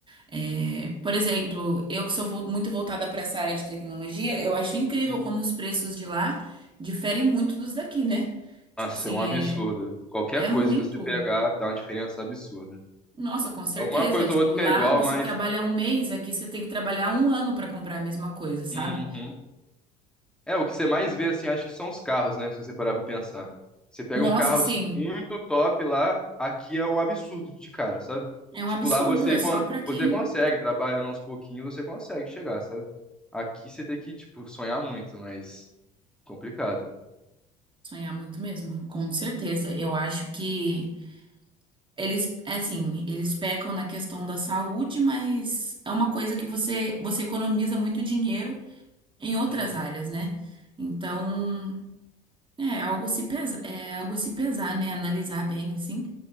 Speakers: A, on the right; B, in the centre.
A: É, por exemplo, eu que sou vo- muito voltada para essa área de tecnologia, eu acho incrível
B: Uhum.
A: como os preços de lá diferem muito dos daqui, né? Tipo
B: Nossa,
A: assim,
B: é um absurdo.
A: é,
B: Qualquer
A: é
B: coisa
A: muito.
B: que você pegar dá uma diferença absurda.
A: Nossa, com certeza.
B: Alguma coisa
A: Tipo,
B: ou outra
A: lá
B: que é igual,
A: você
B: mas.
A: trabalha um mês, aqui você tem que trabalhar um ano para comprar a mesma coisa, sabe?
B: Uhum. É, o que você mais vê, assim, acho que são os carros, né? Se você parar pra pensar. Você pega
A: Nossa,
B: um carro
A: assim,
B: assim, muito top lá, aqui é um absurdo de caro, sabe?
A: é um
B: Tipo,
A: absurdo.
B: lá você,
A: É só
B: con-
A: para quem
B: você consegue, trabalhando aos pouquinhos, você consegue chegar, sabe? Aqui você tem que, tipo, sonhar muito, mas complicado.
A: sonhar muito mesmo, com certeza. Eu acho que. Eles, é assim, eles pecam na questão da saúde, mas é uma coisa que você, você economiza muito dinheiro em outras
B: Uhum,
A: áreas, né? Então, é algo a se pesa, é algo a se pesar, né? Analisar bem, assim.